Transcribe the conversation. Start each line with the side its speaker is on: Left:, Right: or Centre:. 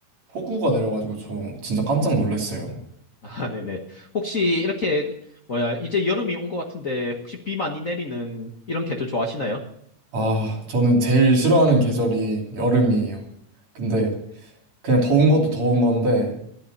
Right: 폭우가 내려가지고 저 진짜 깜짝 놀랐어요.
Left: <laughs> 아, 네네. 혹시 이렇게 뭐야 이제 여름이 온 것 같은데 혹시 비 많이 내리는 이런 계절 좋아하시나요?
Right: 아, 저는 제일 싫어하는 계절이 여름이에요. 근데 그냥 더운 것도 더운 건데,